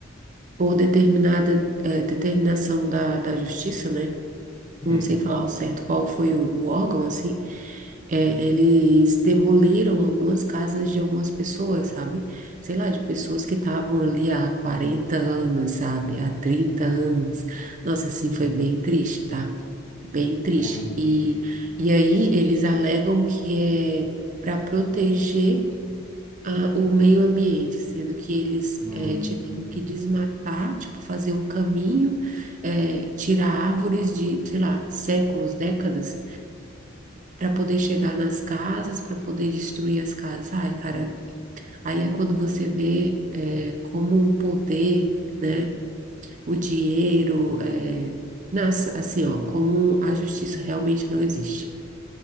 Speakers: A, on the right; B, on the left.
A: por determinada é, determinação da, da justiça, né?
B: hum.
A: Não sei falar ao certo qual foi o o órgão, assim, É, eles demoliram algumas casas de algumas pessoas, sabe? Sei lá, de pessoas que estavam ali há 40 anos, sabe? Há 30 anos. Nossa, assim, foi bem triste, tá? Bem triste.
B: Entendi.
A: E, e aí eles alegam que é para proteger ah, o meio ambiente, sendo que eles
B: Hum.
A: eh, tiveram que desmatar, tipo, fazer um caminho, eh, tirar árvores de, sei lá, séculos, décadas, para poder chegar nas casas, para poder destruir as casas. Ai, cara, aí é quando você vê eh, como o poder, né, o dinheiro, eh, nas, assim, ó, como a justiça realmente não existe.